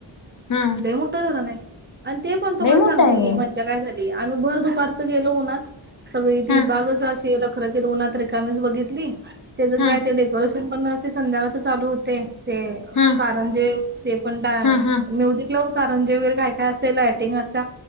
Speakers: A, on the left; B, on the right.
A: हा
B: लई मोठे धरण आहे. आणि ते पण तुम्हा
A: लय मोठं
B: सांगतो
A: आहे
B: की
A: होय.
B: मज्जा काय झाली. भर दुपारच गेलो ऊनात, सगळी ती
A: हा
B: बागाच अशी खर तर उन्हात रिकाम्यीच बगितली. त्याचं
A: हा
B: आहे ते डेकोरेशन. पण ते संध्याकाळच चालू होते. ते
A: हा
B: कारंजे ते पण डा
A: हा हा
B: कारंजे वगैरे काय काय असेल लायटिंग असत्या.